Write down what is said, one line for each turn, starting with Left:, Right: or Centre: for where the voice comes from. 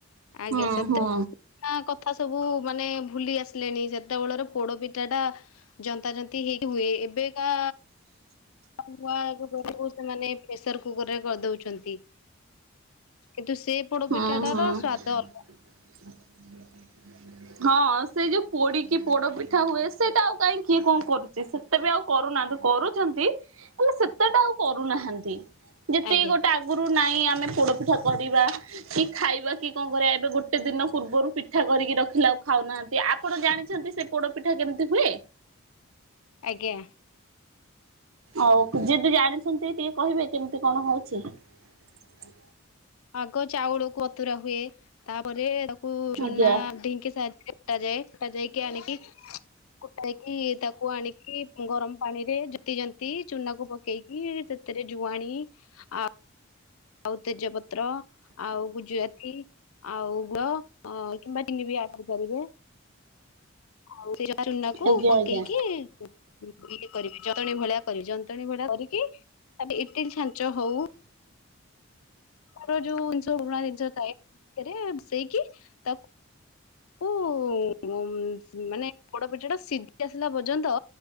Left: ଆଜ୍ଞା
Right: ହୁଁ
Left: ସେତେ
Right: ହୁଁ
Left: କଥା ସବୁ ମାନେ ଭୁଲି ଆସିଲେଣି ସେତେବେଳେର ପୋଡ଼ପିଠା ଟା ଜନ୍ତା ଜ ହେଇ ହୁଏ ଏବେକା ନୂଆ ରୁଗରକୁ ସେମାନେ ପ୍ରେସର କୁକର ରେ କରିଦଉଛନ୍ତି। କିନ୍ତୁ ସେ ପୋଡପିଠାଟାର
Right: ହୁଁ ହୁଁ
Left: ସ୍ଵାଦ ଅଲଗା।
Right: <inaudible> ହଁ ସେ ଯୋଉ ପୋଡ଼ି କି ପୋଡ଼ ପିଠା ହୁଏ ସେଇଟା ଆଉ କାହିଁ କିଏ କଣ କରୁଛି ସେତେ ବି ଆଉ କରୁନାହାନ୍ତି। କରୁଛନ୍ତି ହେଲେ ସେତେଟା ଆଉ କରୁନାହାନ୍ତି। ଯେତକି
Left: ଆଜ୍ଞା
Right: ଗୋଟେ ଆଗରୁ ନାଇଁ ଆମେ ପୋଡ଼ପିଠା କରିବା। କି ଖାଇବା କି କଣ କରିବା ଏବେ ଗୋ ଗୋଟେ ଦିନ ପୂର୍ବରୁ ପିଠା କରିକି ରଖିଲା ଆଉ ଖାଉନାହାନ୍ତି ଆପଣ ଜାଣିଛନ୍ତି ସେ ପୋଡ ପିଠା କେମିତି ହୁଏ?
Left: ଆଜ୍ଞା।
Right: ଆଉ ଯିଏଦି ଜାଣିଛନ୍ତି ଟିକେ କହିବେ କେମିତି କଣ ହଉଛି? <inaudible>
Left: ଆଗ ଚାଉଳକୁ ବତୁରା ହୁଏ ତା ପରେ ପରେ ତାକୁ ଚୁନା
Right: ଆଜ୍ଞା।
Left: ଢିଙ୍କି ସାଏ ଫଟା ଯାଏ ଫଟା ଯାଇକି ଆଣିକି କୁଟା ହେଇକି ତାକୁ କୁ ଆଣିକି ଗରମ ପାଣି ରେ ଜୋତି ଜନ୍ତି ଚୁନାକୁ ପକେଇକି ସେଥିରେ ଜୁଆଣି ଆଉ ଆଉ ତେଜପତ୍ର ଆଉ ଜୁଆତି ଆଉ ଗୁଅ କିମ୍ବା ଚିନି ବି ଆଡ଼୍ କରିବେ। ହଉ ସେ <unintelligible> ଚୁନା କୁ
Right: ଆଜ୍ଞା
Left: ପକେଇକି
Right: ଆଜ୍ଞା
Left: ଇଏ କରିବି ଜନ୍ତଣୀ ଭଳିଆ କରିବି ଜନ୍ତଣୀ ଭଳିଆ କରି କି ତାରେ ଇଟିଲ ଛାଞ୍ଚ ହଉ ଯୋଉ ଜିନିଷ ପୁରୁଣା ଜିନିଷ ଥାଏ ସେଇକି ତାକୁ ଓ ଏଇ ମୁଁ। ଉ ମାନେ ପୋଡ ପିଠା ଟା ସିଝି ଆସିଲା ପର୍ଯ୍ୟନ୍ତ